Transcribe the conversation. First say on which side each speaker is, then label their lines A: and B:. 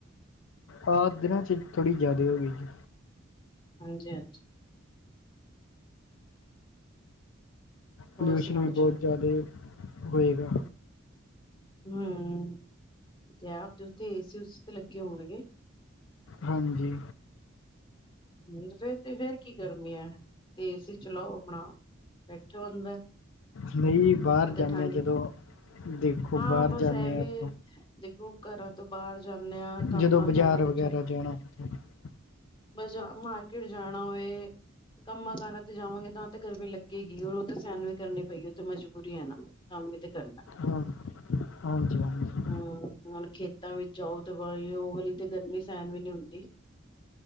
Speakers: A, on the left (about 70°); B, on the left (about 25°).
A: ਆ ਦਿਨਾਂ ਚ ਥੋੜ੍ਹੀ ਜਾਦਾ ਈ ਹੋ ਗੀ, ਜੀ
B: ਹਾਂਜੀ, ਹਾਂਜੀ ਹੋਰ
A: ਪੋਲਿਊਸ਼ਨ
B: ਸੁਣਾਓ
A: ਵੀ ਬਹੁਤ
B: ਜੀ
A: ਜ਼ਾਦੇ ਹੋਏਗਾ
B: ਹੂੰ, ਤੇ ਆਪ ਉੱਥੇ ਏ ਸੀ, ਉ ਸੀ ਤੇ ਲੱਗੇ ਹੋਣਗੇ
A: ਹਾਂਜੀ
B: ਹੂ, ਫੇਰ ਤੇ ਫੇਰ ਕੀ ਗਰਮੀ ਐ, ਏ ਸੀ ਚਲਾਓ ਆਪਣਾ ਬੈਠੋ ਅੰਦਰ
A: ਨਈ ਬਾਹਰ
B: ਫਿਰ ਤੇ
A: ਜਾਂ
B: ਠੰਡ
A: ਨੇ ਜਦੋਂ, ਦੇਖੋ
B: ਹਾਂ
A: ਬਾਹਰ
B: ਬਸ
A: ਜਾਂਨੇ
B: ਐਵੇ
A: ਆ ਆਪਾਂ
B: ਦੇਖੋ ਘਰਾਂ ਤੋਂ ਬਾਹਰ ਜਾਂਨੇ ਆ ਕੰਮਾਂ
A: ਜਦੋਂ ਬਾਜ਼ਾਰ
B: ਕਾਰਾਂ ਤੇ
A: <inaudible>
B: ਬਾਜ਼ਾਰ ਮਾਰਕੇਟ ਜਾਣਾ ਓਏ ਕੰਮਾਂ ਕਾਰਾਂ ਤੇ ਜਾਵਾਂਗੇ ਤਾਂ ਤੇ ਗਰਮੀ ਲੱਗੇਗੀ ਉਹ ਤਾਂ ਸਾਨੂੰ ਵੀ ਕਰਨੀ ਪਏ ਗੀ ਉਹ ਤਾ ਮਜਬੂਰੀ ਏ ਨਾ ਕੰਮ ਤੇ ਕਰਨਾ
A: ਹਾਂ ਹਾਂਜੀ, ਹਾਂਜੀ
B: ਹੂ ਹੁਣ ਖੇਤਾਂ ਵਿੱਚ ਆਓ ਤੇ ਵਾਲੀ ਉਹ ਵਾਲੀ ਤੇ ਗਰਮੀ ਸੇਹਣ ਵੀ ਨੀ ਹੁੰਦੀ